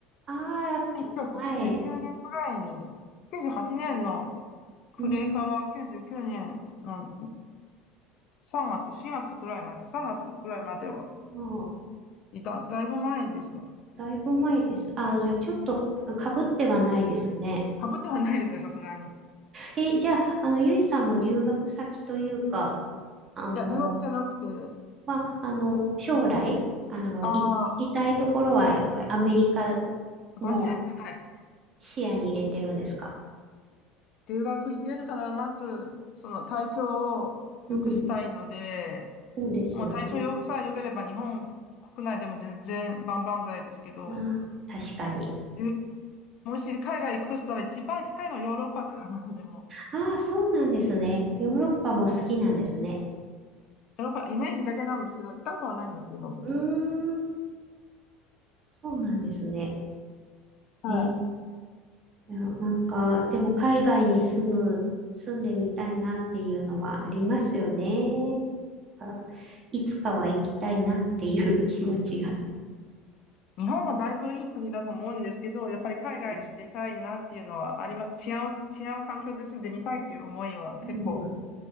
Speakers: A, on the right; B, on the left.
A: ああ、
B: 1999年ぐらいに、
A: ちょっと前。
B: 98年の暮れから99年の
A: うん。
B: 3月、4月ぐらいまで、3月ぐらいまでは
A: もう、
B: いた、だいぶ前ですね。
A: だいぶ前です。ああ、じゃあちょっとかぶってはないですね。
B: かぶってはないですね、さすがに。い
A: え、じゃあ、あの、ゆいさんも留学先というか、あの、
B: や、留学じゃなくて、
A: まあ、あの、将来、あの、
B: ああ、
A: い行きたいところはやっぱりアメリカも
B: ごめんなさい。はい。
A: 視野に入れてるんですか
B: 留学行けるかな、まず、その体調を良くしたいので、
A: うん。そうですよね。
B: もう体調よさえ良ければ日本国内でも全然万々歳ですけど、
A: ああ、確かに。
B: えもし海外行くとしたら一番行きたいのはヨーロッパからな、でも。
A: ああ、そうなんですね。ヨーロッパも好きなんですね。
B: ヨーロッパ、イメージだけなんですけど、行ったことはないんですよ。
A: うーん、そうなんですね。
B: はい。
A: えー、いや、なんか、でも海外に住む、住んでみたいなっていうのはありますよね。なんかいつかは行きたいなっていう気持ちが。
B: 日本もだいぶいい国だと思うんですけど、やっぱり海外に行ってたいなっていうのはありま、
A: うん
B: 違う、違う環境で住んでみたいっていう思いは結構
A: うん、